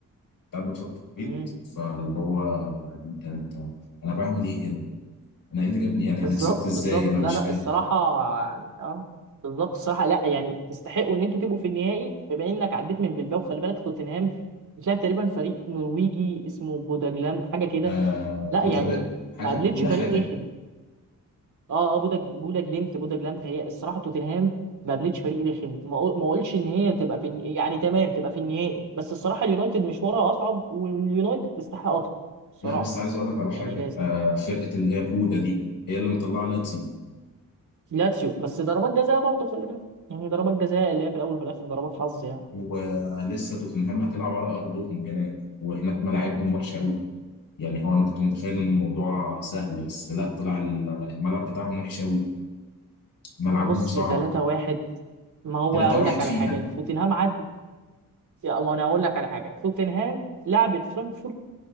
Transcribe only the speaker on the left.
قاعد بتفكر في البيت
فاللي هو انت انت انا بعمل ايه هنا؟ انا ايه اللي جابني يعني
انا كسبت ازاي؟
انا
مش
فاهم.
آه
بودا
ب... حاجه
بودا
حاجه
لا بس عايز اقول لك على حاجه
آه فرقه اللي هي بودا دي هي اللي مطلعه لاتزيو
ولسه توتنهام هتلعب على ارضهم هناك وهناك ملاعبهم وحشه قوي يعني هو انا كنت متخيل ان الموضوع سهل بس لا طلع ال- الملعب بتاعهم وحش قوي ملعبهم
صعب
3-1
فيها